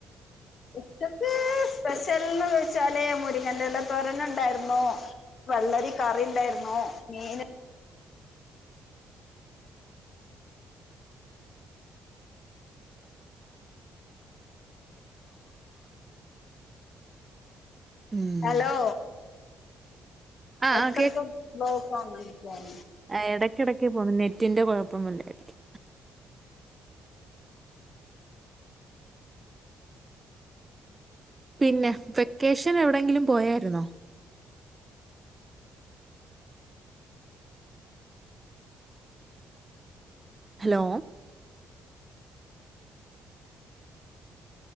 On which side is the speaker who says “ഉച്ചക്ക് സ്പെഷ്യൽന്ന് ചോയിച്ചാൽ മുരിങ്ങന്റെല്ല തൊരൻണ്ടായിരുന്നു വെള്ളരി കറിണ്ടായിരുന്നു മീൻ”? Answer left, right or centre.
Left